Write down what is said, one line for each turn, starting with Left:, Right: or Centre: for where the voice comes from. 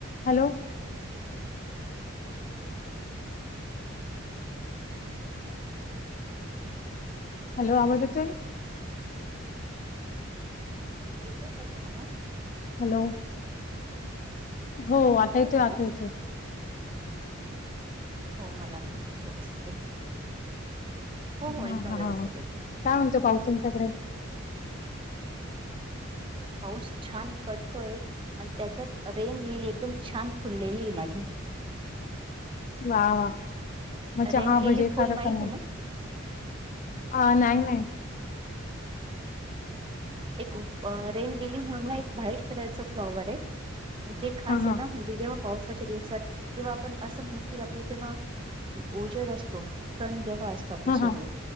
Left: हॅलो. हॅलो आवाज येतोय?
Right: येतोय का ग आवाज?
Left: हॅलो हो
Right: हा
Left: आता
Right: येतोय
Left: येते
Right: आवाज?
Left: आता येते.
Right: हो मला पण इथ व्यवस्थित आहे. हो हो एकदम
Left: हा हा
Right: व्यवस्थित
Left: हा
Right: एकदम.
Left: काय म्हणतो पाऊस तुमच्याकडे
Right: पाऊस छान पडतोय आणि त्याच्यात रेन लिहिली एकदम छान फुललेली आहे माझी.
Left: वा वा मग
Right: रेन
Left: चहा
Right: लिली
Left: भजे
Right: फुल
Left: खाता
Right: माहिती
Left: सांगू.
Right: आहे ना?
Left: ह नाहीग नाही.
Right: एकुन अ रेन लीली म्हणून ना एक व्हाईट कलरच फ्लॉवर आहे. जे खास
Left: हा हा
Right: आहे ना म्हणजे जेव्हा पावसाच्या दिवसात किंवा आपण असं म्हणु कि जेव्हा उजेड असतो सण जेव्हा अस चा आपलं
Left: हा
Right: सूर्य
Left: हा